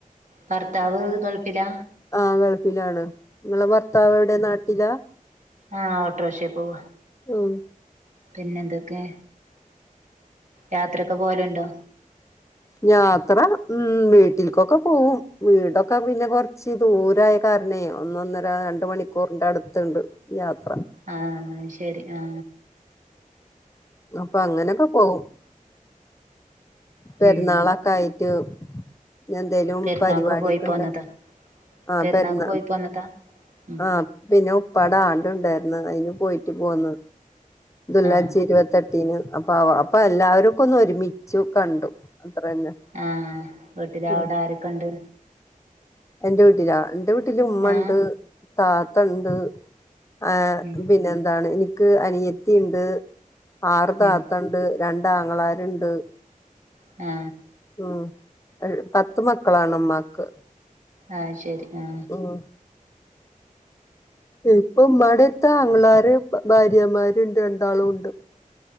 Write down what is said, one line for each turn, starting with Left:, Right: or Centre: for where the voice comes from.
Right: ഭർത്താവ് ഗൾഫിലാ?
Left: ആ ഗൾഫിലാണ് നിങ്ങളെ ഭർത്താവ് എവിടെ നാട്ടിലാ.
Right: ആ ഓട്ടോറിക്ഷ പോവ
Left: ഉം
Right: പിന്നെന്തൊക്കെ യാത്രയക്കെ പോലെുണ്ടോ?
Left: യാത്ര ഉം വീട്ടിൽക്കൊക്കെ പോവും. വീടൊക്കെ പിന്നെ കൊറച്ച് ദൂരായ കരണ്ണേ ഒന്ന് ഒന്നര രണ്ട് മണിക്കൂറിന്റെ അടുത്ത്ണ്ട് യാത്ര.
Right: ആ ശരി ആ
Left: അപ്പൊ അങ്ങനൊക്കെ പോവും. പെരുന്നാളൊക്കെ
Right: ഉം
Left: ആയിട്ട്. എന്തേലും
Right: പെരുന്നാക്ക്
Left: പരിപാടിക്കെ
Right: പോയി പോന്നതാ
Left: ഇണ്ടകി ആ
Right: പെരുന്നാക്ക്
Left: പെരുന്ന
Right: പോയി പോന്നതാ ഉം
Left: ആ പിന്നെ ഉപ്പാടെ ആണ്ട് ഉണ്ടായിരുന്ന് അതിന് പോയി. പോന്ന് ദുൽഹജ്ജ്
Right: ആഹ്
Left: ഇരുപത്തിട്ടിന്. അപ്പൊ അപ്പൊ എല്ലാവരുക്കെ ഒന്ന് ഒരുമിച്ചു കണ്ടു. തന്നെ
Right: ആ വീട്ടില് അവിടെ
Left: ഉം
Right: ആരൊക്കെയുണ്ട്.
Left: എന്റെ വീട്ടിലാ എന്റെ വീട്ടില് ഉമ്മ
Right: ഏഹ്
Left: ഉണ്ട് താത്തണ്ട്. ആ
Right: ഉം
Left: പിന്നെ എന്താണ് എനിക്ക് അനിയത്തി ഇണ്ട്. ആറ് താത്തണ്ട്
Right: ഉം
Left: രണ്ടാങ്ങളാരുണ്ട്.
Right: ആ
Left: ഉം പത്ത് മക്കളാണ് ഉമ്മാക്ക്.
Right: ആ ശരി ആ
Left: ഉം ഇപ്പൊ ഉമ്മാടത്ത് ആങ്ങളമാര് ഭാര്യമാര് ഇണ്ട് രണ്ടാളും ഉണ്ട്.